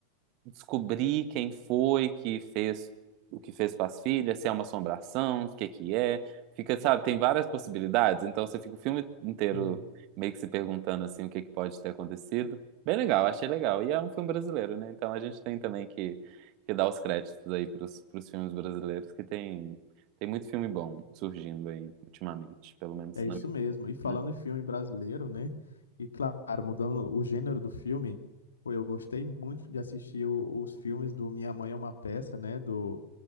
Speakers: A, on the right (about 40°); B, on the left (about 70°).
A: descobrir quem foi que fez o que fez com as filhas, se é uma assombração, o que que é. Fica, sabe, tem várias possibilidades, então você fica o filme inteiro
B: sim.
A: meio que se perguntando assim o que que pode ter acontecido. Bem legal, achei legal. E é um filme brasileiro, né? Então a gente tem também que, que dar os créditos aí pros, pros filmes brasileiros, que tem, tem muito filme bom surgindo aí ultimamente, pelo menos
B: É
A: na
B: isso
A: minha,
B: mesmo. E falando
A: né?
B: em filme brasileiro, né? E claro, mudando o gênero do filme, pô, eu gostei muito de assistir o- os filmes do Minha Mãe é uma Peça, né? Do,